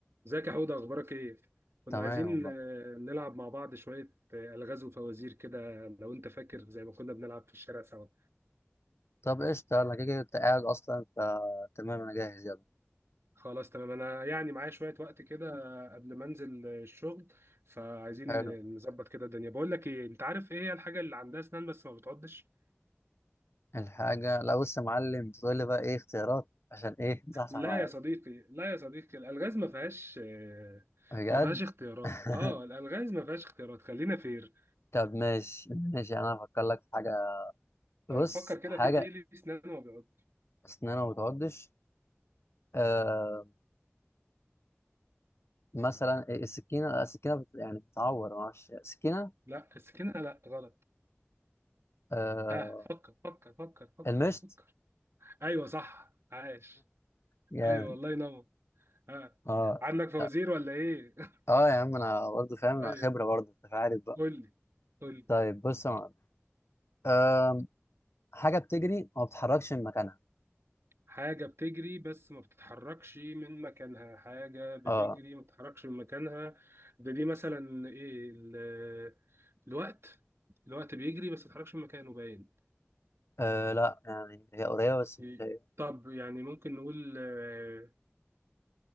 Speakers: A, on the right; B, on the left.
A: ازيك يا حوده اخبارك ايه كنا
B: تمام
A: عايزين
B: والله
A: آه، نلعب مع بعض شويه آه، الغاز وفوازير كده لو انت فاكر زي ما كنا بنلعب في الشارع سوا
B: طب قشطة انا كده كده انت قاعد اصلا فتمام انا جاهز يلا
A: خلاص تمام انا يعني معايا شويه وقت كده قبل ما انزل آه، الشغل فعايزين
B: حلو
A: آه، نظبط كده الدنيا بقول لك ايه انت عارف ايه هي الحاجه اللي عندها اسنان بس ما بتعضش
B: الحاجة لا بص يا معلم تقول لي بقى ايه اختيارات عشان ايه تصحصح
A: لا
B: معايا
A: يا صديقي لا يا صديقي الالغاز ما فيهاش آه،
B: بجد
A: ما فيهاش اختيارات
B: <laughs>
A: اه الالغاز ما فيهاش اختيارات خلينا فير
B: طب ماشي ماشي انا هفكر لك في حاجة
A: طيب
B: بص
A: فكر كده
B: حاجة
A: في ايه اللي ليه اسنان وما بيعض
B: اسنانها ما بتعضش آه مثلا إيه السكينة لا، السكينة بت... يعني بتعور معرفش السكينة
A: لا السكينه لا غلط
B: آه
A: ها فكر فكر فكر فكر
B: المشط
A: فكر ايوه صح عاش
B: جامد
A: ايوه الله ينور ها
B: اه
A: عندك فوازير
B: ط-
A: ولا ايه <laughs>
B: اه يا عم انا برضه فاهم انا
A: ايوه
B: خبرة برضه انت عارف بقى
A: قول لي قول لي
B: طيب بص يا معلم آه، حاجة بتجري وما بتتحركش من مكانها
A: حاجة بتجري بس ما بتتحركش من مكانها حاجة بتجري
B: اه
A: ما بتتحركش من مكانها ده دي مثلا ايه ال- الوقت الوقت بيجري بس ما بيتحركش من مكانه باين
B: آه، لا يعني هي قريبة بس
A: إيه؟
B: مش هي
A: طب يعني ممكن نقول آه،